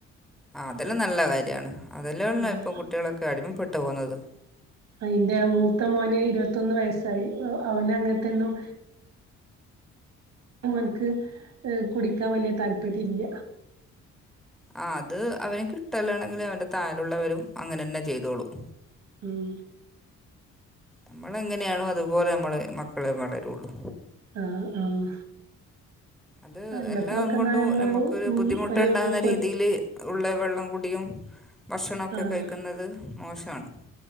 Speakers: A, in the centre; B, on the right.
A: ആ അതെല്ലാം നല്ല കാര്യാണ് അതെല്ലേ ഉള്ളു
B: ആഹ്
A: ഇപ്പൊ കുട്ടികളൊക്കെ അടിമപ്പെട്ടു പോകുന്നത്
B: ആ ഇൻ്റെ മൂത്ത മോന് ഇരുപത്തൊന്ന് വയസായി അവന് അങ്ങൻത്തൊന്നും ഓൻക്ക് കുടിക്കാൻ വലിയ താല്പര്യല്ല
A: ആ അത് അവനിക്ക് ഇഷ്ടല്ലാണെങ്കില് അവൻ്റെ താഴെ ഉള്ളവരും അങ്ങനെന്നെ ചെയ്തോളും
B: ഉം
A: നമ്മളെ എങ്ങനെയാണോ അതുപോലെ നമ്മളെ മക്കളും വളരുള്ളു
B: ആഹ് ആഹ്
A: അത്
B: വല്ലപ്പോഴൊക്കെന്നാ
A: എല്ലാം കൊണ്ടും
B: നമ്മള്
A: നമുക്കൊരു
B: ഉം
A: ബുദ്ധിമുട്ട്ണ്ടാവുന്ന
B: ഒരു കൊ
A: രീതിയില് ഉള്ള വെള്ളം കൂടിയും ഭക്ഷണൊക്കെ
B: ആഹ്
A: കഴിക്കുന്നത് മോശാണ്